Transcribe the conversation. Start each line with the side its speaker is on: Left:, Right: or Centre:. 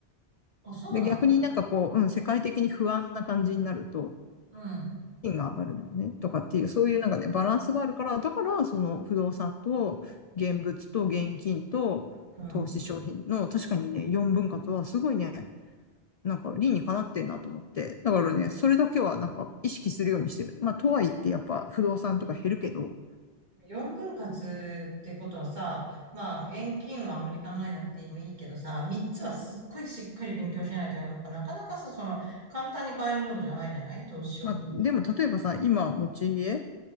Right: あ、そうなんだ。
Left: で、逆になんかこう、うん、世界的に不安な感じになると、
Right: うん、
Left: 金が上がるのよね、とかっていう、そういうなんかね、バランスがあるから、だから、その不動産と現物と現金と投資商品の、
Right: うん。
Left: 確かにね、4分割はすごいね、なんか理にかなってんなと思って、だからね、それだけはなんか意識するようにしてる。まあ、とはいってやっぱ不動産とか減るけど、
Right: 4分割ってことはさ、まあ現金はあんまり考えなくてもいいけどさ、3つはすっごいしっかり勉強しないと、やっぱなかなかさ、その簡単に買えるものじゃないじゃない投資商品って。
Left: まあ、でも例えばさ、今持ち家